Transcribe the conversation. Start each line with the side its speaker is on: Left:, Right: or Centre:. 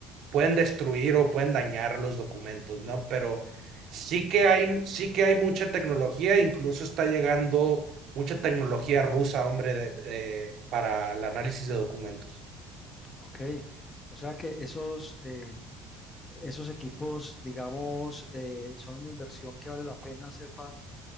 Right: pueden destruir o pueden dañar los documentos, ¿no? Pero Sí que hay, sí que hay mucha tecnología, incluso está llegando mucha tecnología rusa, hombre, de, de- para el análisis de documentos.
Left: ok. O sea que esos... eh, Esos equipos, digamos, eh, son una inversión que vale la pena hacer para,